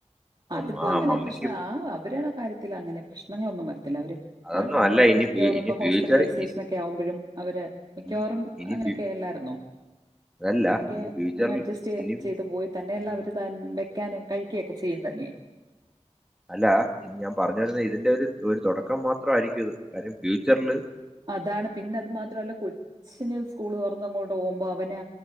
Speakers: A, on the right; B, in the centre.
A: അതിപ്പോ
B: അം ആഹ്
A: അങ്ങനെ
B: മമ്മിക്ക്
A: പ്രശ്നം ആ അവരുടെ കാര്യത്തിലങ്ങനെ പ്രശ്ന നിങ്ങളൊന്നും മ ത്തില്ല അവര്
B: അതൊന്നും
A: ആണ് നമ്മള്
B: അല്ല
A: ക്കൊ
B: ഇനി
A: മിക്കവാറൊക്കെ
B: ഫ്യൂ- ഇനി ഫ്യൂച്ചർ
A: ഹോസ്പിറ്റലൈസേഷനെക്കെ
B: ഇനി
A: ആവുമ്പഴും അവര് മിക്കവാറും
B: ഇനി ഇനി
A: അങ്ങനെയൊക്കെല്ലായ്രുന്നോ
B: ഫ്യൂ- അതല്ല
A: അങ്ങനെയൊക്കെ
B: ഇനി ഫ്യൂച്ചറിൽ
A: അങ്ങ് അഡ്ജസ്റ്റ് ചെയ്
B: ഇനി ഫ്യൂ-
A: ചെയ്തു പോയി തന്നെല്ലാം
B: ഇനി
A: അവര് ത വെക്കാനും കഴിക്കക്കെ ചെയ്യും തന്നെയ
B: അല്ല ഇനി ഞാൻ പറഞ്ഞ് വരുന്നെ ഇതിന്റെ ഒര് ഒരു തുടക്കം മാത്രായിരിക്കുംത് കാര്യം ഫ്യൂച്ചർല്
A: അതാണ് പിന്നെ അത് മാത്രല്ല കൊച്ചന് സ്കൂള് തുറന്നങ്ങോട്ട പോകുമ്പോ അവന്